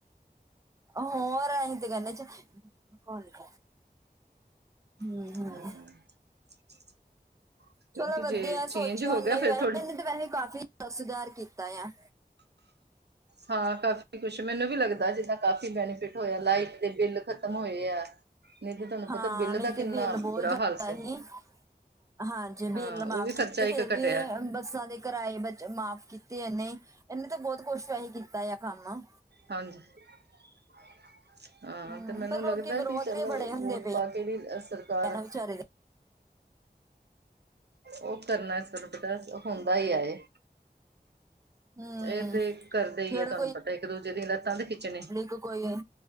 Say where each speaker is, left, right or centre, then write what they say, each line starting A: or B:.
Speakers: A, on the right; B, on the right.
A: ਹੋਰ, ਐਈ ਤੇ ਗਾੱਲ ਏ ਚ <unintelligible> ਹਮ
B: <inaudible> ਕਿਉਂਕਿ
A: ਚਲੋ ਵਦੀਐ
B: ਜੇ
A: ਸੋਚੇਐ
B: ਚੇਂਜ ਹੋ
A: ਓਨੇ
B: ਗਿਆ ਫਿਰ
A: ਵੈਸੇ,
B: ਥੋੜੀ
A: ਇੱਨੇ ਤੇ ਵੈਸੇ ਕਾਫ਼ੀ ਸੁਦਾਰ ਕੀਤਾ ਆ।
B: ਹਾਂ, ਕਾਫੀ ਕੁੱਛ, ਮੈਨੂੰ ਵੀ ਲੱਗਦਾ ਜਿੱਦਾ ਕਾਫੀ ਬੈਨੀਫਿਟ ਹੋਏਆ, ਲਾਈਟ ਦੇ ਬਿੱਲ ਖਤਮ ਹੋਏ ਆ। ਨੀ ਤੇ ਤੂਆਨੂੰ ਪਤੈ
A: ਹਾਂ
B: ਬਿੱਲ
A: ਨਹੀਂ
B: ਦਾ
A: ਤੇ
B: ਕਿੰਨਾ
A: ਬਿੱਲ ਬਹੁਤ
B: ਬੁਰਾ
A: ਜ਼ਿਆਦਾ
B: ਹਾਲ ਸੀ।
A: ਹੀ ਹਾਂਜੀ ਬਿੱਲ
B: ਹਾਂ
A: ਮਾਫ਼
B: ਉਹ ਵੀ ਖਰਚਾ
A: ਕੀਤੇ,
B: ਇੱਕ
A: ਫੇਰ ਵੀ
B: ਘਟਿਆ
A: ਏ ਬੱਸਾਂ ਦੇ ਕਰਾਏ ਬਚ ਮਾਫ਼ ਕੀਤੇ ਏਨੇ, ਏਨੇ ਤੇ ਬੋਤ ਕੁੱਛ ਸਈ ਕੀਤਾ ਆ ਕਾੰਮ।
B: ਹਾਂਜੀ। <unintelligible> ਹਾਂ,
A: ਹਮ
B: ਤੇ ਮੈਨੂੰ
A: ਪਰ ਲੋਕੀ
B: ਲਗਦੈ
A: ਵਿਰੋਧ
B: ਕਿ ਚੱਲ
A: ਵੀ ਬੜੇ ਹੁੰਦੇ
B: ਵੋਟਾਂ
A: ਪਏ
B: ਤੇ ਵੀ ਐ ਸਰਕਾਰ
A: ਆ ਨਾ ਵਿਚਾਰੇ ਦੇ
B: ਓ ਕਰਨੈ ਸਰ ਪਤਾਸ, ਹੁੰਦਾ ਈ ਐ ਏ।
A: ਹਮ
B: ਏ ਤੇ ਕਰਦੇ ਈ
A: ਜਿਹੜਾ
B: ਏ ਤੂਆਨ ਪਤੈ, ਇੱਕ-ਦੂਜੇ ਦੀ ਲੱਤਾਂ ਦੇ ਖਿੱਚਨੀ।
A: ਕ ਕੋਈ ਏ,